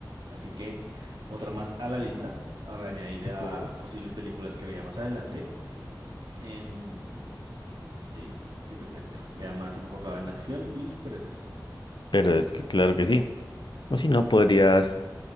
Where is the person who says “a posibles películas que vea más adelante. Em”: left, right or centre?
Right